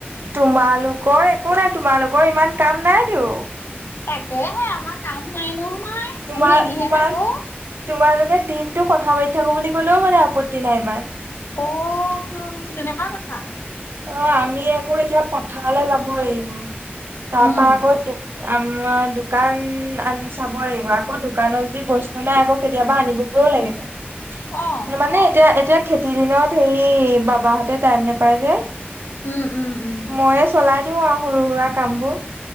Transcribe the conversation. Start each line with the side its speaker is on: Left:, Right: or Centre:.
Right: তোমালোকৰ একো নাই তোমালোকৰ ইমান কাম নাইতো।
Left: তাকেহে আমাৰ কাম নাই নহয়।
Right: তোমাৰ
Left: আমি এনেহে
Right: তোমাৰ
Left: থাকো।
Right: তোমালোকে দিনতটো কথা পাতি থাকো বুলি ক'লেও মানে আপত্তি নাই ইমান।
Left: অ বুলো তেনেকুৱা কথা?
Right: অ আমি আকৌ এতিয়া পথাৰলৈ যাব আহিব। তাৰ
Left: উম,
Right: পৰা আকৌ দু আমাৰ দোকান আন চাব লাগিব। আকৌ দোকানত যে বস্তু নাই আকৌ কেতিয়াবা আনিব ব লাগিব।
Left: অ',
Right: মানে এতিয়া এতিয়া খেতিৰ দিনত সেই বাবাহঁতে টাইম নোপায় যে।
Left: উম উম। উম,
Right: ময়ে চলাই দিও আৰু সৰু সুৰা কামবোৰ।